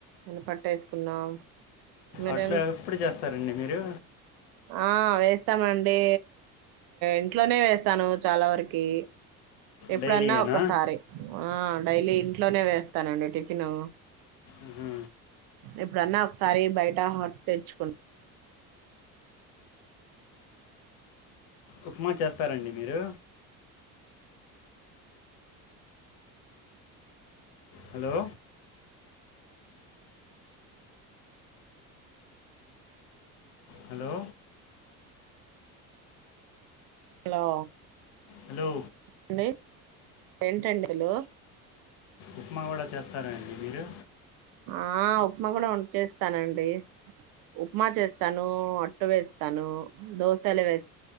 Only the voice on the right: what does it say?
మినప అట్టు వేసుకున్నాం, మీరేం
ఆ వేస్తామండి ఇంట్లోనే వేస్తాను చాలా వరకి ఎప్పుడన్నా
ఒక్కసారి ఆ డైలీ ఇంట్లోనే వేస్తానండి టిఫిన్,
ఎప్పుడన్నా ఒకసారి బయట హట్ తెచ్చుకున్
హలో
అండి ఏంటండి హాలో
ఆ ఉప్మా కూడా చేస్తానండి ఉప్మా చేస్తా, ను అట్టు వేస్తాను, దోశలు వేస్.